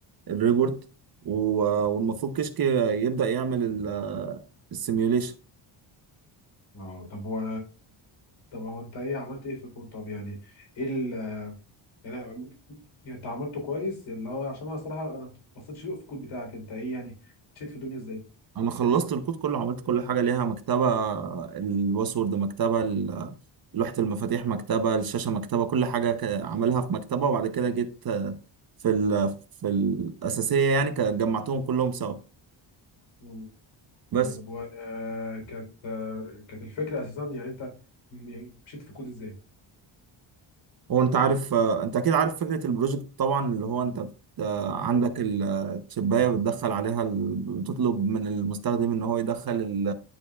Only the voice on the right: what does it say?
الريبورت و- آه، والمفروض كشك يبدأ يعمل السيميوليشن
انا خلصت الكود كله عملت كل حاجه ليها مكتبه الباسورد مكتبه ال- لوحه المفاتيح مكتبه الشاشه مكتبه كل حاجه ك- عاملها في مكتبه وبعد كده جيت آه، في ال في الاساسيه يعني ك- جمعتهم كلهم سوا
بس
هو انت عارف آه، انت اكيد عارف فكره البروجكت طبعا اللي هو
انت بت- آه، عندك
الشبايه بتدخل عليها ال- بتطلب من المستخدم ان هو يدخل